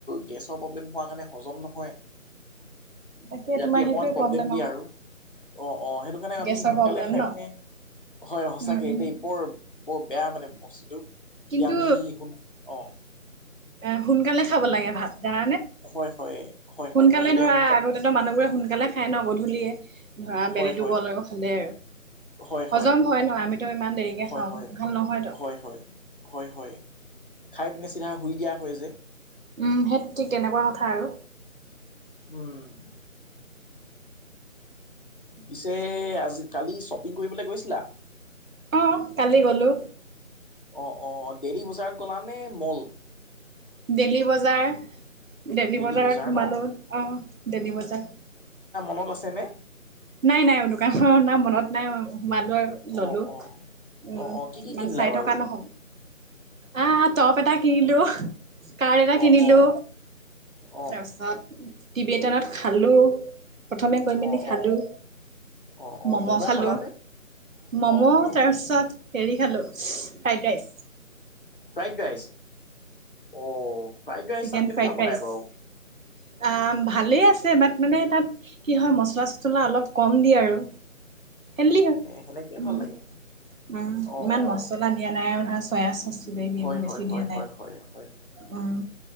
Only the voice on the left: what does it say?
গেছৰ প্ৰব্লেম হোৱা কাৰণে হজম নহয়।
ৰাতি
অকনমান
প্ৰব্লেম দিয়া
আৰু। অ, সেইটো কাৰণে আমি
সোনকালে
খাই
পিনে হয়, সচাকে
দেই, বৰ বৰ বেয়া মানে <unintelligible>
আমি সোন অ',
হয় হয় হয়
হয় হয় এতিয়া
সোনকাল
হয়
হয়
হয়
হয় হয়
হয়।
হয় হয় হয়, হয়, খাই পিনে চিধা শুই দিয়া হয় যে।
উম। পিছে, আজি কালি শ্বপিং কৰিবলৈ গৈছিলা?
অ অ দেইলি বজাৰত গ'লা নে, মল?
ডেইলি
বজাৰ
ন?
মত আছেনে
অ অ।
অ অ কি কি
কিনিলা
বাৰু?
অ
অ অ অ
অ
অ। অ অ
খালানে?
অ অ
ফ্ৰাইড ৰাইচ অ ফ্ৰাইড ৰাইচ
তাত কেনেকুৱা
বনাই
বাৰু?
সেনেকেই
ভাল
লাগে। অ
অ
হয়
হয় হয়
হয় হয় হয়